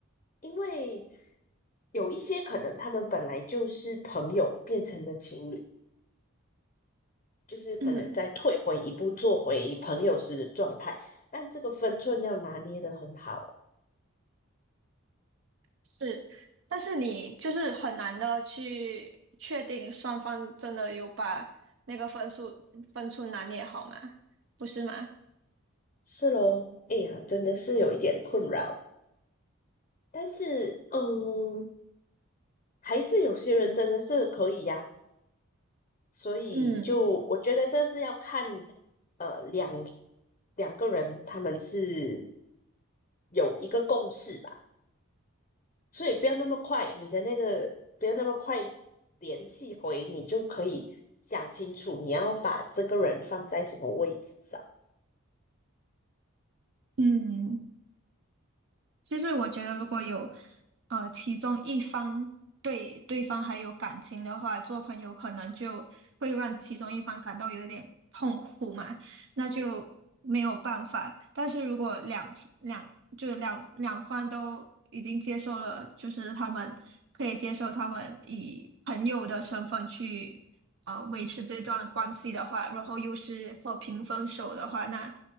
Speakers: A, on the left; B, on the right.
A: 因为有一些可能他们本来就是朋友，变成了情侣，就是可能再退回一步，
B: 嗯。
A: 做回朋友时的状态。但这个分寸要拿捏得很好，
B: 是，但是你就是很难的去确定双方真的有把那个分数分数拿捏好吗？不是吗？
A: 是咯，哎呀，真的是有一点困扰。但是，嗯，还是有些人真的是可以呀、所以就我觉得这是要看
B: 嗯
A: 呃两两个人他们是有一个共识吧，所以不要那么快，你的那个不要那么快联系回，你就可以想清楚你要把这个人放在什么位置上。
B: 嗯，就是我觉得如果有呃其中一方对对方还有感情的话，做朋友可能就会让其中一方感到有一点痛苦嘛，那就没有办法。但是如果两两就是两两方都已经接受了，就是他们可以接受他们以朋友的身份去呃维持这段关系的话，然后又是和平分手的话，那